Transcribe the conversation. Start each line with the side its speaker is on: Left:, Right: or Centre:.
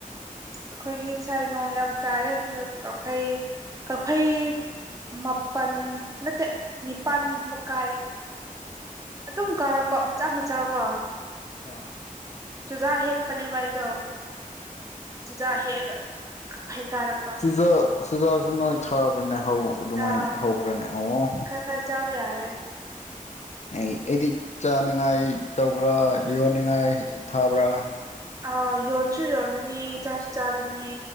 Right: ꯑꯩꯈꯣꯏꯗꯤ ꯉꯁꯥꯏ ꯅꯣꯡ ꯌꯥꯝ ꯇꯥꯏꯌꯦ ꯀꯛꯐꯩ ꯀꯛꯐꯩ ꯃꯥꯄꯜ ꯅꯠꯇꯦ ꯅꯤꯄꯥꯜ ꯃꯨꯛ ꯀꯥꯌꯦ ꯑꯗꯨꯝ ꯀꯥꯔꯛꯄ ꯃꯆꯥ ꯃꯆꯥ ꯀꯣ
Left: ꯑꯥ
Right: ꯆꯨꯖꯥꯛ ꯍꯦꯛꯄꯅꯦꯕ ꯑꯩꯗꯣ ꯆꯨꯖꯥꯛ ꯍꯦꯛꯑꯒ ꯀꯥꯛꯐꯩ ꯀꯥꯔꯛꯄ
Left: ꯆꯨꯖꯥꯛ ꯆꯨꯖꯥꯛꯁꯨ ꯅꯣꯏ ꯊꯥꯕ꯭ꯔꯥꯅꯦ ꯍꯧ ꯑꯗꯨꯃꯥꯏꯅ
Right: ꯑꯥ
Left: ꯍꯧꯕ꯭ꯔꯅꯦ ꯑꯣ
Right: ꯈꯔ ꯈꯔ ꯆꯥꯕ ꯌꯥꯔꯦ
Left: ꯑꯩꯗꯤ ꯆꯥꯅꯤꯡꯉꯥꯏ ꯇꯧꯕ꯭ꯔꯥ ꯌꯣꯟꯅꯤꯡꯉꯥꯏ ꯊꯥꯕ꯭ꯔꯥ
Right: ꯑꯥ ꯌꯣꯟꯁꯨ ꯌꯣꯟꯒꯅꯤ ꯆꯥꯁꯨ ꯆꯥꯒꯅꯤ